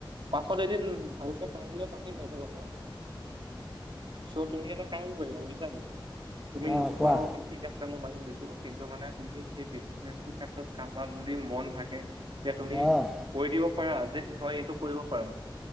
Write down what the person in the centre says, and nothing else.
অঁ
কোৱা
অঁ